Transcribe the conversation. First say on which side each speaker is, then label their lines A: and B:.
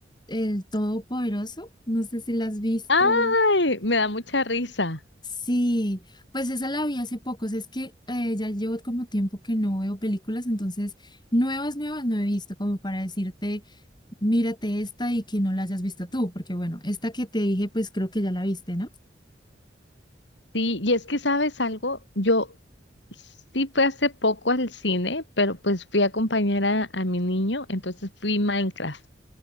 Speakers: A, on the left; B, on the left.
A: El Todopoderoso. No sé si la has visto.
B: ¡Ay! Me da mucha risa.
A: Sí, pues esa la vi hace poco, o sea, es que eh, ya llevo como tiempo que no veo películas, entonces nuevas, nuevas no he visto, como para decirte. Mírate esta y que no la hayas visto tú, porque bueno, esta que te dije, pues creo que ya la viste, ¿no?
B: Sí, y es que sabes algo, yo sí fui hace poco al cine, pero pues fui a acompañar a, a mi niño, entonces fui Minecraft.